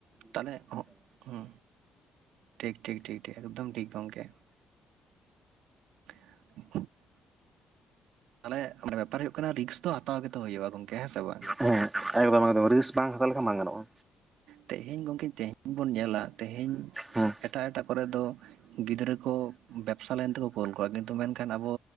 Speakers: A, on the right; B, on the right.
A: ᱛᱟᱞᱦᱮ ᱦᱚᱸᱜ ᱦᱩᱸ, ᱴᱷᱤᱠ ᱴᱷᱤᱠ ᱴᱷᱤᱠ ᱴᱷᱤᱠ ᱮᱠᱫᱚᱢ ᱴᱷᱤᱠ ᱜᱚᱢᱠᱮ᱾ <inaudible> ᱛᱟᱦᱞᱮ ᱢᱟᱱᱮ ᱵᱮᱯᱟᱨ ᱦᱩᱭᱩᱜ ᱠᱟᱱᱟ ᱨᱤᱠᱥ ᱫᱚ ᱦᱟᱛᱟᱣ ᱜᱮᱛᱚ ᱦᱩᱭᱩᱜᱼᱟ ᱜᱚᱝᱠᱮ ᱦᱮᱸ ᱥᱮ ᱵᱟᱝ?
B: ᱦᱮᱸ ᱮᱠᱫᱚᱢ ᱮᱠᱫᱚᱢ ᱨᱤᱠᱥ ᱵᱟᱝ ᱦᱟᱛᱟᱣ ᱞᱮᱠᱷᱟᱱ ᱵᱟᱝ ᱜᱟᱱᱚᱜᱼᱟ᱾
A: ᱛᱮᱦᱮᱧ ᱜᱚᱢᱠᱮ ᱛᱮᱦᱮᱧ ᱵᱚᱱ ᱧᱮᱞᱟ ᱛᱮᱦᱮᱧ
B: ᱦᱩᱸ᱾
A: ᱮᱴᱟᱜ ᱮᱴᱟᱜ ᱠᱚᱨᱮ ᱫᱚ ᱜᱤᱫᱽᱨᱟᱹ ᱠᱚ ᱵᱮᱵᱥᱟ ᱞᱟᱭᱤᱱ ᱛᱮᱠᱚ ᱠᱳᱞ ᱠᱚᱣᱟ, ᱠᱤᱱᱛᱩ ᱢᱮᱱᱠᱷᱟᱱ ᱟᱵᱚ